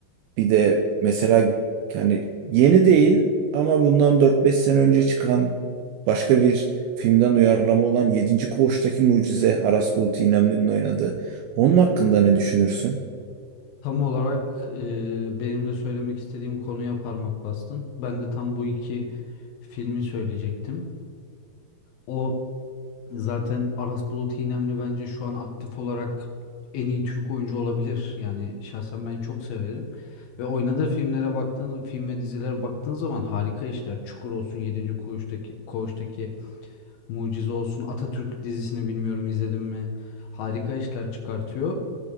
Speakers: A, on the right; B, on the left.
A: Bir de mesela yani yeni değil ama bundan dört beş sene önce çıkan başka bir filmden uyarlama olan Yedinci Koğuştaki Mucize Aras Bulut İynemli'nin oynadığı. Onun hakkında ne düşünürsün?
B: Tam olarak e, benim de söylemek istediğim konuya parmak bastın. Ben de tam bu iki filmi söyleyecektim. O Zaten Aras Bulut İynemli bence şu an aktif olarak en iyi Türk oyuncu olabilir. Yani şahsen ben çok severim. Ve oynadığı filmlere baktığın, film ve dizilere baktığın zaman harika işler. Çukur olsun, yedinci Koğuş'taki, Koğuş'taki Mucize olsun, Atatürk dizisini bilmiyorum izledim mi? Harika işler çıkartıyor.